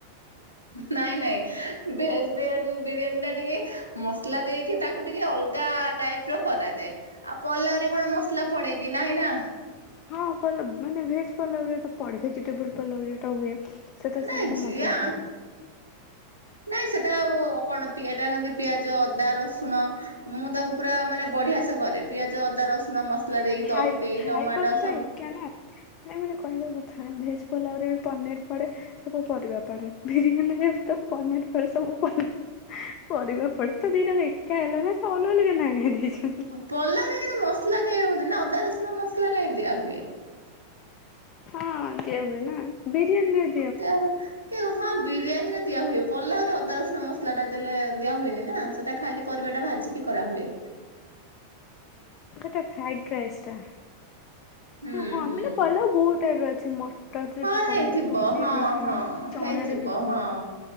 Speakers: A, on the right; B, on the left.
A: ନାଇଁ ନାଇଁ ଭେଜ ବିରିୟାନୀ ଟା ଟିକେ ମ ମସଲା ଦେଇକି ତାକୁ ଟିକେ ଅଲଗା ଟାଇପ୍ ର କରାଯାଏ। ଆଉ ପଲାଉରେ କଣ ମସଲା ପଡେ କିି ନାଇଁ ନା।
B: ହଁ ପଲ ମାନେ ଭେଜ ପଲୋଉ ରେ ତ ପଡ଼େ ଭେଜିଟେବଲ ପଲୋଉ ଯୋଉଟା ହୁଏ। ସେଥିରେ
A: ନାଇଁ
B: ସବୁ ତ
A: ଜିଆ
B: ମସଲା ପଡ଼େ।
A: ନାଇଁ ସେଟା ଆଉ ଆପଣ ଏଟା ଯେମିତି ପିଆଜ ଅଦା ରସୁଣ। ମୁଁ ତାକୁ ପୁରା ମାନେ ବଢିଆ ସେ କରେ ପିଆଜ ଅଦା ରସୁଣ ମସ୍ ମସଲା
B: ମାନେ
A: ଦେଇ
B: ଖାଇବା
A: ଦହି ଦେଇ
B: ଖାଇବାକୁ
A: ଟମାଟୋ ସବୁ
B: <unintelligible> ନାଇଁ ମାନେ କହିବା କଥା ଭେଜ୍ ପଲାଉ ରେ ବି ପନିର ପଡ଼େ। ସବୁ ପରିବା ପଡେ ବିରିୟାନୀ ରେ ବି ତ ପନିର ପଡେ ସବୁ। <unintelligible> ପରିବା ପଡେ ତ ଦିଟାଙ୍କ ଏକା ହେଲା ନା ସେ ଅଲଗା ଅଲଗା ନାଁ କାଇଁ ଦେଇଛନ୍ତି।
A: ପଲାଉ ରେ <unintelligible> ମସଲା ଦିଆ ହୁଏନି ନା ଅଦା ରସୁଣ ମସଲା କାଇଁ ଦିଆ ହୁଏ?
B: ହଁ ଦିଆ ହୁଏ ନା। ବିରିୟାନୀ ରେ
A: କେଲା <unintelligible> ହଁ ବିରିୟାନୀ ରେ ଦିଆ ହୁଏ ପଲାଉରେ ଅଦା ରସୁଣ ମସଲା ଟା ଦେଲେ ଦିଆ ହୁଏନି ନା ସେଟା ଖାଲି ପରିବା ଟା ଭାଜିକି କରାହୁଏ।
B: ସେଟା ଫ୍ରାଇଡ୍ ରାଇସ୍ ଟା।
A: ହୁଁ
B: ହଁ
A: ହୁଁ
B: ମାନେ ପଲୋଉ ବୋହୁତ ଟାଇପ ର ଅଛି ମ <unintelligible>
A: ହଁ
B: ବି କରନ୍ତି
A: ହେଇଥିବ
B: ପନିର
A: ହଁ
B: ବି କରନ୍ତି
A: ହଁ
B: ଚଣାରେ
A: ହେଇଥିବ
B: ବି କରନ୍ତି।
A: ହଁ।